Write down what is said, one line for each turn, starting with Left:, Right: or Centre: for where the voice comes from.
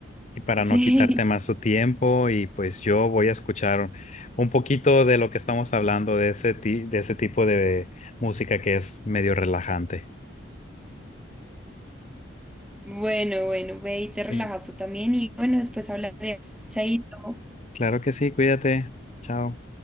Left: y para
Centre: <laughs> sí.
Left: no quitarte más tu tiempo y pues yo voy a escuchar un poquito de lo que estamos hablando de ese ti- de ese tipo de música que es medio relajante.
Centre: Bueno, bueno, ve y
Left: Sí,
Centre: te relajas tú también y bueno, después hablaremos. Chaito.
Left: claro que sí, cuídate. Chao.